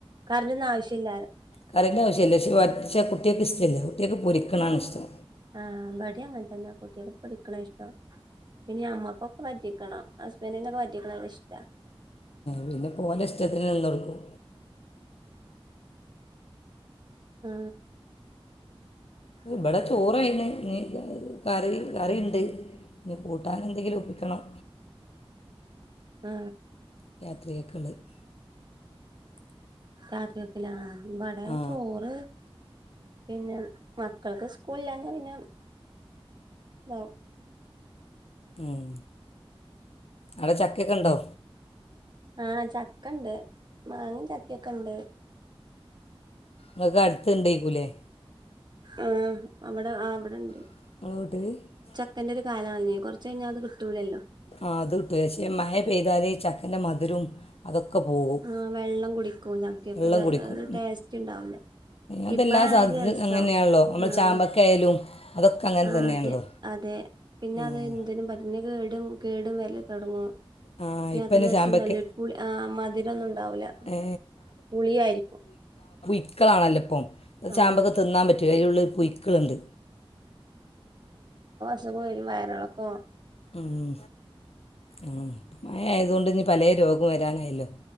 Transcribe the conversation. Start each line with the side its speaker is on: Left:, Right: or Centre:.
Right: കറിറ ഒന്നും ആവശ്യം ഇല്ലാറ്
Left: കറില്യ ആവശ്യല്ല പക്ഷേ വറ്റിച്ചാ കുട്ട്യാക്ക് ഇഷ്ടല്ല കുട്ട്യാക്ക് പൊരിക്കാനാണിഷ്ടം
Right: ആ ഇമ്പടി അങ്ങനെ തന്യ കുട്ട്യാക്ക് പൊടിക്കന്നഷ്ടം നി അമ്മക്കൊക്കെ വറ്റി ക്കണം ഹസ്ബന്റിന് പറ്റിക്കണഷ്ടാ
Left: പിന്നെ പോലെ ഇഷ്ടത്തിന് നിന്നൊടുക്കും
Right: ആ
Left: ഇബിടെ ചോറായിന് ഇനി കറി കറിണ്ട് ഇനി കൂട്ടൻ എന്തെങ്കിലും ഒപ്പിക്കണം
Right: ആ
Left: <unintelligible>
Right: <unintelligible> ബടെ
Left: ആ
Right: ചോറ് പിന്നെ മക്കൾക്ക് സ്കൂളില്ലാഞ്ഞാ പിന്നെ ഇ
Left: ഉം അവിടെ ചക്കേക്ക ഒണ്ടൊ
Right: ആഹ ചക്കണ്ട് മാങ്ങയും ചക്കേക്ക ഇണ്ട്
Left: നിങ്ങക്ക് അടുത്ത് ഇണ്ടായിക്കൂലേ
Right: ആഹ അവിടെ ആ അവിടിണ്ട്
Left: <unintelligible>
Right: ചക്കേൻ്റ ഒരു കാലാണല്ലോ കുറച്ച് കഴിഞ്ഞാൽ അത് കിട്ടൂലല്ലോ
Left: ആ അത് ഉദ്ദേശിച്ച മഴ പെയ്താലെ ചക്കന്റെ മധുരോം അതൊക്കെ പോകും
Right: ആ വെള്ളം കുടിക്കും ചക്കയൊക്കെ
Left: വെള്ളം കുടിക്കും
Right: ടേസ്റ്റ് ഉണ്ടാവൂല
Left: അതെല്ലാ
Right: ഇപ്പഴാണ്
Left: സാധനത്തിനും
Right: രസം
Left: അങ്ങനെയാണല്ലോ നമ്മൾ
Right: ആ
Left: ചാമ്പക്ക ആയാലും അതൊക്കെ അങ്ങനെ
Right: ആ
Left: തന്നെയാണല്ലോ
Right: അതെ അതെ പിന്നെ
Left: ഉം.
Right: അത് എന്തിനും പറ്റുല കേ ടും കേടും വല്ല തുടങ്ങുവാ
Left: ആ
Right: <unintelligible>
Left: ഇപ്പം തന്നെ ചാമ്പക്ക
Right: ആ മധുര ഒന്നും ഇണ്ടാവൂല
Left: ഏ,
Right: പുളിയായിരിക്കും
Left: പുക്കളാണല്ലോ ഇപ്പം
Right: ആഹ്
Left: ചാമ്പക്ക തിന്നാൻ പറ്റൂല അതിലുള്ളിൽ പുഴുക്കളുണ്ട്
Right: ഖം വരും വയറളൊക്കോ
Left: ഉം ഉം മഴ ആയതുകൊണ്ട് ഇനി പലേ രോഗോം വരാനായല്ലോ